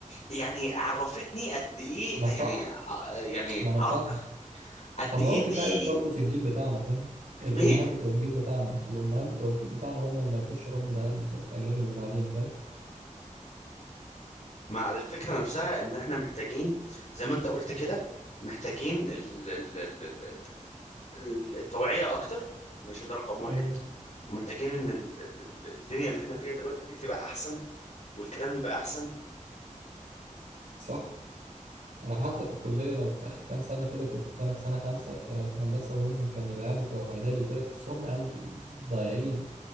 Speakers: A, on the left; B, on the right.
A: يعني عرفتني قد ايه
B: ما
A: يعني
B: صح
A: يعني
B: ما انا
A: عر-
B: فاهم
A: قد
B: طب
A: ايه
B: ما ممكن
A: دي
B: ده عيب برضه في الجيل بتاعنا فاهم الامهات
A: ايه
B: بتوع الجيل بتاعنا الامهات بتوع الجيل بتاعنا هم اللي ما عرفوش يربوا العيال بتوع الاجيال اللي بعدينا فاهم
A: مع الفكرة نفسها ان احنا محتاجين زي ما انت قلت كده محتاجين ال- ال- ال- ال- ال- التوعية اكتر ماشي ده رقم واحد
B: امم
A: ومحتاجين ان ال- ال- ال- الدنيا اللي احنا فيها دلوقتي دي تبقى احسن والكلام يبقى احسن
B: صح انا حتى في الكليه لما في اخر كام سنه كده كنت انا في سنه خمسه في هندسه وهم كان العيال بتوع اعدادي وكده تحسهم عيال ضايعين